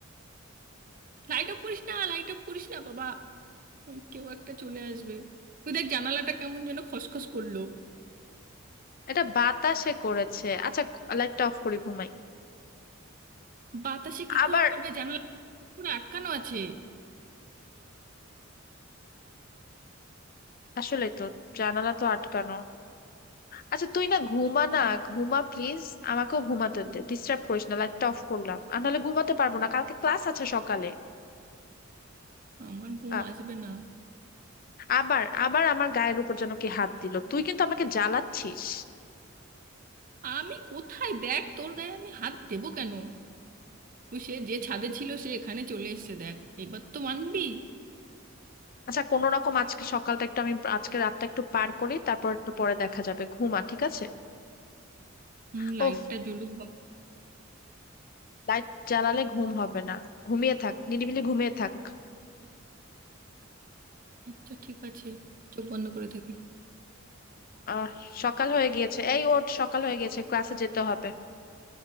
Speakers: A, on the right (about 45°); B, on the left (about 45°).
A: লাইট অফ করিস না লাইট অফ করিস না বাবা উম, কেউ একটা চলে আসবে তুই দেখ জানালাটা কেমন যেন খসখস করলো
B: এটা বাতাসে করেছে আচ্ছা লাইটটা অফ করি ঘুমাই
A: বাতাসে কি
B: আবার
A: করে করবে জানালা পুরো আটকানো আছে
B: আসলে তো জানালা তো আটকানো আচ্ছা তুই না ঘুমা না ঘুমা প্লিজ আমাকেও ঘুমাতে দে ডিস্টার্ব করিস না লাইটটা অফ করলাম আর নাহলে ঘুমাতে পারবো না কালকে ক্লাস আছে সকালে
A: আমার ঘুম
B: আ-
A: আসবে না
B: আবার আবার আমার গায়ের উপর যেন কে হাত দিল তুই কিন্তু আমাকে জ্বালাচ্ছিস
A: আমি কোথায় দেখ তোর গায়ে আমি হাত দেবো কেন ওই সে যে ছাদে ছিল সে এখানে চলে এসেছে দেখ এবার তো মানবি
B: আচ্ছা কোনো রকম আজকে সকালটা একটু আমি আজকে রাতটা একটু পার করি তারপর একটু পরে দেখা যাবে ঘুমা ঠিক আছে
A: হুম
B: ওফ
A: লাইটটা জ্বলুক বা
B: লাইট জ্বালালে ঘুম হবে না ঘুমিয়ে থাক নিরিবিলি ঘুমিয়ে থাক
A: আচ্ছা ঠিক আছে চোখ বন্ধ করে থাকি
B: আহ সকাল হয়ে গিয়েছে এই ওঠ সকাল হয়ে গিয়েছে ক্লাসে যেতে হবে